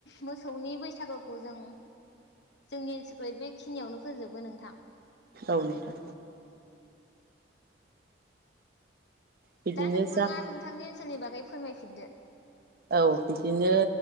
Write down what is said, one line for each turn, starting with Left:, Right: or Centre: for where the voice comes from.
Left: मोसौनि बैसागुखौ जों जोंनि ओनसोलखै बेखिनियावनो फोजोबो नोंथां
Right: औ नोंथां बिदिनो
Left: दा नोंथाङा
Right: जा
Left: नोंथांनि ओनसोलनि बागै फोरमायफिनदो
Right: औ बिदिनो